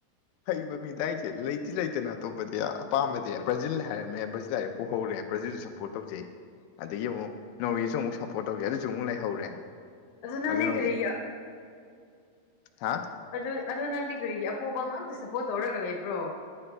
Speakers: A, on the left; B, on the left.
A: ꯍꯩꯕ ꯃꯤꯗꯥꯏꯁꯦ ꯂꯩꯗꯤ ꯂꯩꯇꯅ ꯑꯇꯣꯞꯄꯗꯤ ꯑꯄꯥꯝꯕꯗꯤ ꯕ꯭ꯔꯖꯤꯜ ꯍꯥꯏꯔꯝꯃꯦ ꯕ꯭ꯔꯥꯖꯤꯜ ꯍꯥꯏꯔꯦ ꯄꯨꯍꯧꯔꯦ ꯕ꯭ꯔꯖꯤꯜꯁꯨ ꯄꯣꯔꯠ ꯇꯧꯖꯩ ꯑꯗꯒꯤ ꯑꯃꯨꯛ ꯅꯣꯔꯤꯁꯨ ꯑꯃꯨꯛ ꯁꯞꯄꯣꯔꯠ ꯇꯧꯖꯩ ꯑꯗꯨꯁꯨ ꯑꯃꯨꯛ ꯂꯩꯍꯧꯔꯦ
B: ꯑꯗꯨ ꯅꯪꯗꯤ
A: ꯑꯗꯨꯅ
B: ꯀꯔꯤꯒꯤ
A: ꯍꯧꯖꯤꯛ ꯍꯥ
B: ꯑꯗꯨ ꯑꯗꯣ ꯅꯪꯗꯤ ꯀꯔꯤꯒꯤ ꯑꯄꯣꯕ ꯉꯥꯛꯇ ꯁꯞꯄꯣꯔꯠ ꯇꯧꯔꯒ ꯂꯩꯕ꯭ꯔꯣ